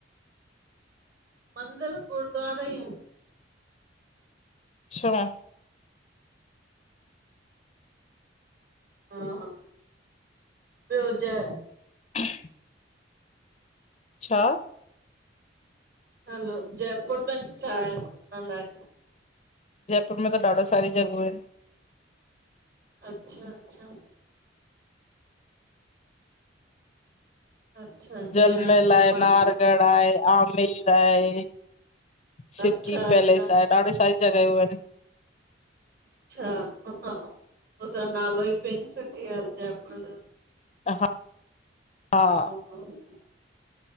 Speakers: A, on the right; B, on the left.
A: मंदिर गुरुद्वारा ई आहिन।
B: अच्छा
A: हा हा ॿियो ज
B: ह <inaudible> छा?
A: हलो जयपुर में छा आहे घुमण लाए?
B: जयपुर में त ॾाढो सारी जॻहूं आहिन।
A: अच्छा- अचछा! अच्छा
B: जलमहल
A: जीअं
B: आहे,
A: मत
B: नाहरगढ़ आहे, आमेर आहे! सिटी
A: अच्छा अच्छा
B: पैलेस आहे, ॾाढी सारी जॻहियूं आहिनि।
A: अच्छा! ह, उजो नालो ई पिंक सिटी आहे जयपुर जो।
B: ह हा! हा!
A: अच्छा
B: <inaudible>